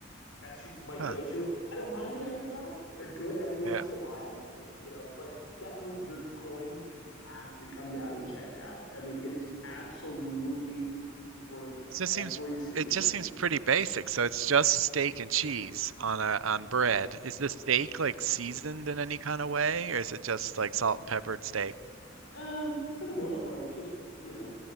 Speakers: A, on the left; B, on the right.
A: That's my go-to.
B: Huh.
A: I don't mind the onions on them. They're good every once
B: Yeah.
A: in a while, you know, but definitely you're going to have to come down and check it out. I mean, it is absolutely worth
B: It just
A: every
B: seems
A: single
B: it just
A: penny.
B: seems pretty basic. So it's just steak and cheese on a on bread. Is the steak like seasoned in any kind of way, or is it just like salt and peppered steak?
A: Um, for the most part, it's just, you know,